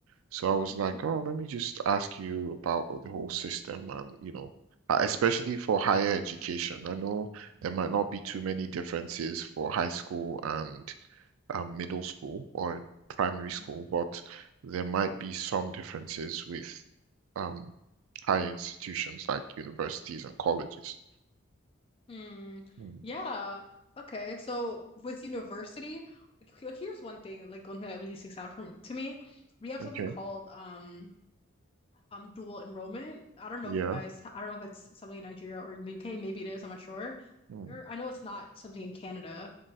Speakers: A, on the right; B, on the left.
A: So I was
B: hmm
A: like, oh, let me just ask you about the whole system and, you know, uh, especially for higher education. I know there might not be too many differences for high school and um, middle school or primary
B: hmm
A: school, but there might be some differences with um, high institutions like universities and colleges.
B: Hmm.
A: Mm,
B: Yeah. Okay. So with university, like, he- here's one thing, like one thing that really sticks out from to me. We have
A: okay.
B: something called um um dual enrollment. I don't know
A: Yeah.
B: if you guys, I don't know if it's something in Nigeria or the UK. Maybe it is. I'm not sure.
A: Mm,
B: Or I know it's not something in Canada.